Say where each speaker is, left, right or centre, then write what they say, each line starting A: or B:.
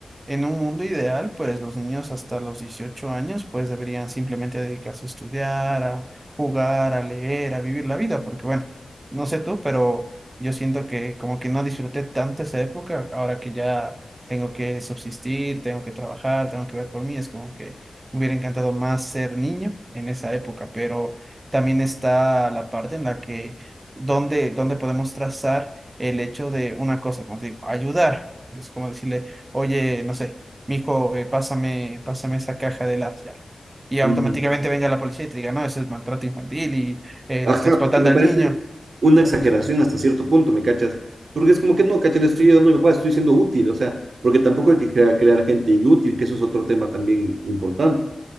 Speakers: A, on the right (about 35°); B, on the right (about 80°).
A: en un mundo ideal, pues los niños hasta los 18 años, pues deberían simplemente dedicarse a estudiar, a jugar, a leer, a vivir la vida, porque bueno, no sé tú, pero yo siento que como que no disfruté tanto esa época, ahora que ya tengo que subsistir, tengo que trabajar, tengo que ver por mí, es como que me hubiera encantado más ser niño en esa época, pero también está la parte en la que dónde, dónde podemos trazar el hecho de una cosa, como te digo, ayudar. Es como decirle, oye, no sé, mijo, eh, pásame, pásame esa caja de las ya. Y automáticamente
B: Ujú.
A: venga la policía y te diga, no, ese es maltrato infantil y eh,
B: Ajá,
A: le está explotando
B: porque me
A: al
B: parece
A: niño.
B: una
A: Es algo
B: exageración
A: estúpido.
B: hasta cierto punto, ¿me cachas? Porque es como que no, cacha, le estoy ayudando a mi papá, estoy siendo útil, o sea, porque tampoco hay que crea- crear gente inútil, que eso es otro tema también importante.